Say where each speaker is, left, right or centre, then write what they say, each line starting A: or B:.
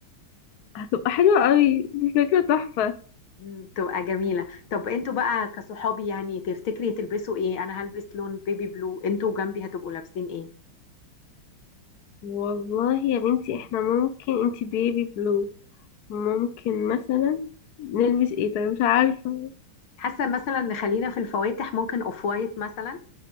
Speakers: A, on the left (about 55°); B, on the left (about 80°).
A: هتبقى حلوة قوي دي فكرة تحفة
B: مم، تبقى جميلة طب انتوا بقى كصحابي يعني تفتكري تلبسوا ايه؟ انا هلبس لون بيبي بلو انتوا جنبي هتبقوا لابسين ايه؟
A: والله يا بنتي احنا ممكن انتي بيبي بلو ممكن مثلا نلبس ايه طيب مش عارفة
B: حاسة مثلا نخلينا في الفواتح ممكن اوف وايت مثلا